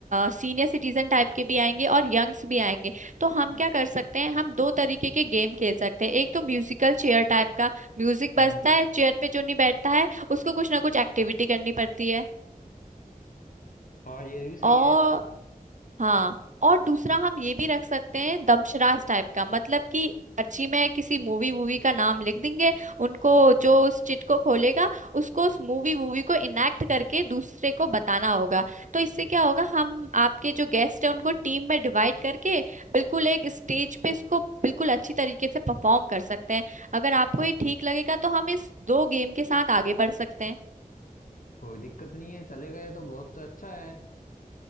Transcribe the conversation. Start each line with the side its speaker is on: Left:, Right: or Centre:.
Right: सीनियर सिटीजन टाइप के भी आएंगे और यंग्स भी आएंगे तो हम
Left: हम्म
Right: क्या कर सकते हैं हम दो तरीके के गेम खेल सकते हैं एक तो म्यूजिकल चेयर टाइप का म्यूजिक
Left: हम्म
Right: बजता है चेयर पे जो नहीं बैठता है उसको कुछ ना कुछ एक्टिविटी करनी पड़ती
Left: हाँ ये भी सही
Right: है
Left: है
Right: हाँ और दूसरा हम ये भी रख सकते हैं दमशराज टाइप का मतलब कि पर्ची में किसी मूवी वूवी का नाम लिख देंगे उनको जो उस चिट को खोलेगा उसको उस मूवी वूवी को इनेक्ट करके दूसरे को बताना होगा तो इससे क्या होगा हम आपके जो गेस्ट है उनको टीम में डिवाइड करके बिल्कुल एक स्टेज पे इसको बिल्कुल अच्छी तरीके से परफॉर्म कर सकते हैं अगर आपको ये ठीक लगेगा तो हम इस दो गेम के साथ आगे बढ़ सकते हैं
Left: कोई दिक्कत नहीं है चलेगा ये तो बहुत अच्छा है